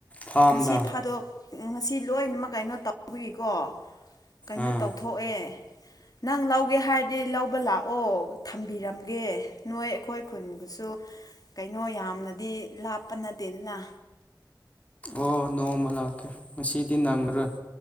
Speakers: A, on the left; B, on the left.
A: ꯐꯥꯝꯗ
B: ꯉꯁꯤ ꯐꯥꯗꯣꯛ ꯉꯁꯤ ꯂꯣꯏꯅꯃꯛ ꯀꯩꯅꯣ ꯇꯧꯕꯒꯤꯀꯣ ꯀꯩꯅꯣ
A: ꯑꯥ
B: ꯇꯧꯊꯣꯛꯑꯦ ꯅꯪ ꯂꯧꯒꯦ ꯍꯥꯏꯔꯗꯤ ꯂꯧꯕ ꯂꯥꯛꯑꯣ ꯊꯝꯕꯤꯔꯝꯒꯦ ꯅꯣꯏ ꯑꯩꯈꯣꯏ ꯈꯨꯟꯕꯨꯁꯨ ꯁꯨ ꯀꯩꯅꯣ ꯌꯥꯝꯅꯗꯤ ꯂꯥꯞꯄ ꯅꯠꯇꯦ ꯑꯗꯨꯅ
A: ꯑꯣ ꯅꯣꯡꯃ ꯂꯥꯛꯀꯦ ꯉꯁꯤꯗꯤ ꯅꯪꯉꯔꯣꯏ